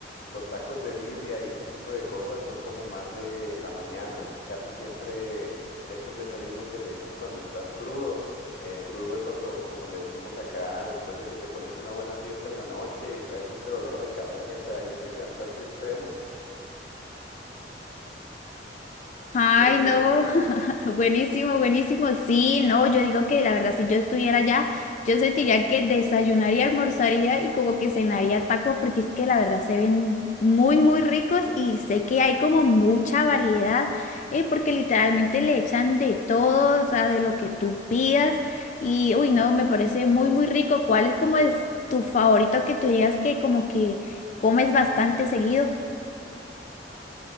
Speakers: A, on the left; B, on the left.
A: los tacos de birria y ese tipo de cosas son como más de la mañana, casi siempre es un desayuno que te echas cuando estás crudo. Eh, crudo es lo que, o- como le decimos acá, después de que te pones una buena fiesta en la noche y traes este dolor de cabeza y este cansancio extremo.
B: Ay,
A: de birria
B: no,
A: en la mañana.
B: <laughs> buenísimo, buenísimo. Sí, no, yo digo que la verdad, si yo estuviera allá, yo sentiría que desayunaría, almorzaría y como que cenaría tacos, porque es que la verdad se ven muy, muy ricos y sé que hay como mucha variedad, eh, porque literalmente le echan de todo, o sea, de lo que tú pidas. Y, uy, no, me parece muy, muy rico. ¿Cuál es como el, tu favorito que tú digas que como que comes bastante seguido?